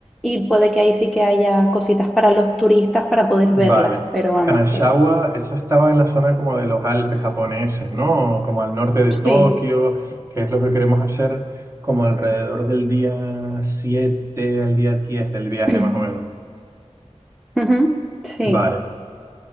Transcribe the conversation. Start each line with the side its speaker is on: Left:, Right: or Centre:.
Centre: Y puede que ahí sí que haya cositas para los turistas para poder
Right: vale.
Centre: verlas, pero vamos,
Right: Kanashawa,
Centre: que
Right: eso estaba en la zona como de los Alpes japoneses, ¿no? Como al norte de Tokio,
Centre: sí.
Right: que es lo que queremos hacer como alrededor del día 7 al día 10 del viaje,
Centre: <clears throat>
Right: más o menos.
Centre: Ujú, Sí,
Right: Vale,